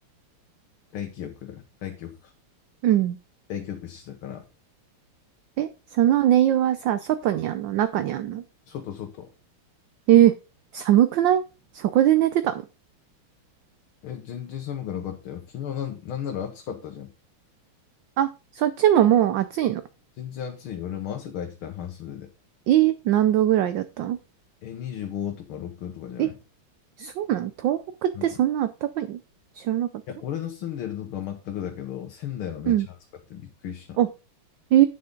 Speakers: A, on the left; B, on the right.
A: 外気浴だ。外気浴か。
B: うん。
A: 外気浴室だから、
B: え、その寝湯はさ、外にあんの中にあんの
A: 外外。
B: えー、寒くないそこで寝てたの
A: え、全然寒くなかったよ。昨日なん、なんなら暑かったじゃん。
B: あ、そっちももう暑いの
A: 全然暑いよ。俺も汗かいてた、半袖で。
B: えー、何度ぐらいだったの
A: え、25とか6とかじゃない
B: え、そうなの東北ってそんなあったかいの知らなかった
A: うんいや、俺の住んでるとこは全くだけど、仙台はめっちゃ暑かった。
B: うん。
A: びっくりした。
B: あ、え